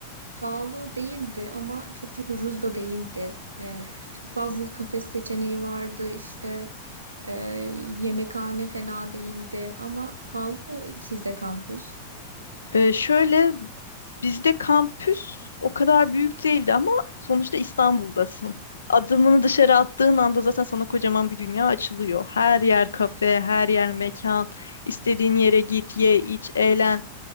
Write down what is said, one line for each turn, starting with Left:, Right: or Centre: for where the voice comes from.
Right: pahalı değildi ama çok çok ucuz da değildi. E, çok fazla kafe seçeneği vardı işte e, yemekhane fena değildi ama pahalı mı sizde kampüs?
Left: Ee, şöyle bizde kampüs o kadar büyük değildi ama sonuçta İstanbul'dasın. Adımını dışarı attığın anda zaten sana kocaman bir dünya açılıyor. Her yer kafe, her yer mekan. İstediğin yere git, ye, iç, eğlen.